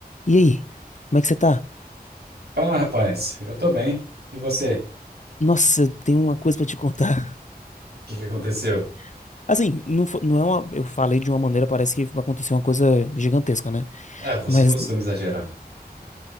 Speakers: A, on the left; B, on the right.
A: E aí, como é que você tá?
B: Ah, rapaz, eu tô bem. E você? O
A: Nossa, eu tenho uma coisa pra te contar.
B: que que aconteceu?
A: <laughs> Assim, não, fo- não é uma. Eu falei de uma maneira, parece que aconteceu uma coisa gigantesca, né?
B: Ah, você
A: Mas.
B: costuma exagerar.